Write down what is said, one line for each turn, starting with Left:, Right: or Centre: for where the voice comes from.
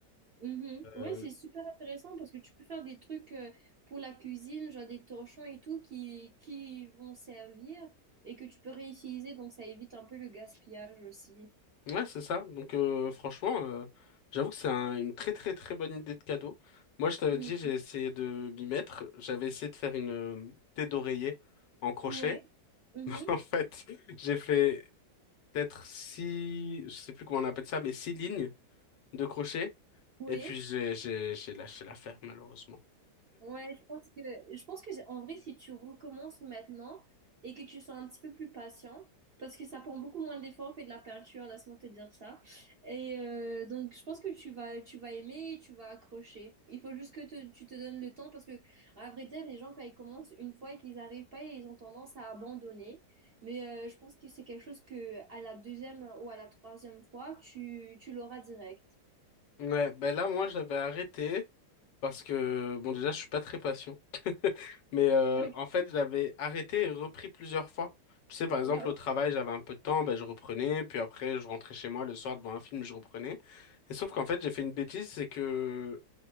Right: Mhm. Ouais,
Left: Euh,
Right: c'est super intéressant parce que tu peux faire des trucs euh, pour la cuisine, genre des torchons et tout qui, qui vont servir et que tu peux réutiliser, donc ça évite un peu le gaspillage aussi.
Left: ouais, c'est ça. Donc euh, franchement, euh, j'avoue que c'est un- une très très très bonne idée de cadeau. Moi, je t'avais
Right: Mm.
Left: dit, j'ai essayé de m'y mettre. J'avais essayé de faire une euh, tête d'oreiller en crochet.
Right: Ouais. Mhm.
Left: <laughs> En fait, j'ai fait peut-être six, je sais plus comment on appelle ça, mais six lignes de crochet.
Right: Ouais.
Left: Et puis j'ai j'ai j'ai lâché l'affaire malheureusement.
Right: Ouais, je pense que, je pense que en vrai, si tu recommences maintenant et que tu sois un petit peu plus patient, parce que ça prend beaucoup moins d'efforts que de la peinture, laisse-moi te dire ça. Et euh, donc, je pense que tu vas, tu vas aimer et tu vas accrocher. Il faut juste que te- tu te donnes le temps parce que, à vrai dire, les gens, quand ils commencent une fois et qu'ils n'arrivent pas, ils ont tendance à abandonner. Mais euh, je pense que c'est quelque chose que, à la deuxième ou à la troisième fois, tu, tu l'auras direct.
Left: Ouais, ben là moi j'avais arrêté parce que bon déjà je suis pas très patient, <laughs> mais euh,
Right: Ok.
Left: en fait j'avais arrêté et repris plusieurs fois. Tu sais par exemple
Right: Ah,
Left: au
Right: ok.
Left: travail j'avais un peu de temps, ben je reprenais, puis après je rentrais chez moi le soir devant un film je reprenais. Et sauf qu'en fait j'ai fait une bêtise, c'est que